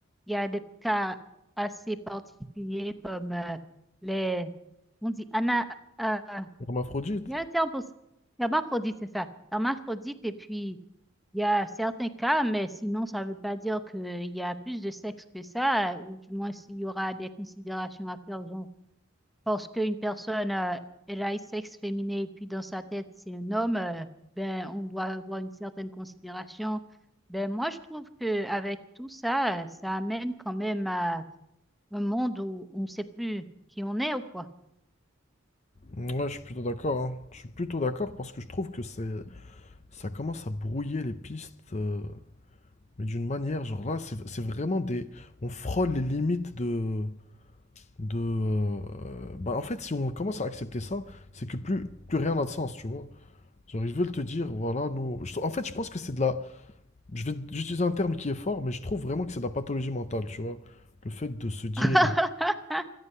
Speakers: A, in the centre; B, on the left.
A: il y a des cas assez particuliers comme euh, les... On dit ana... euh,
B: Hermaphrodite?
A: il y a un terme pour ça. Hermaphrodite, c'est ça. Hermaphrodite, et puis il y a certains cas, mais sinon, ça ne veut pas dire qu'il y a plus de sexe que ça, ou du moins, s'il y aura des considérations à faire, genre parce qu'une personne euh, elle a un sexe féminin et puis dans sa tête c'est un homme, euh, ben on doit avoir une certaine considération. Ben moi je trouve que avec tout ça, euh, ça amène quand même à un monde où on ne sait plus qui on est ou quoi.
B: Ouais, je suis plutôt d'accord, hein. Je suis plutôt d'accord parce que je trouve que c'est, ça commence à brouiller les pistes, euh, mais d'une manière, genre là, c'est c'est vraiment des, on frôle les limites de, de, euh, bah en fait, si on commence à accepter ça, c'est que plus, plus rien n'a de sens, tu vois. Genre, ils veulent te dire, voilà, nous. je- En fait, je pense que c'est de la. Je vais utiliser un terme qui est fort, mais je trouve vraiment que c'est de la pathologie mentale, tu vois. Le fait de se dire.
A: <laughs>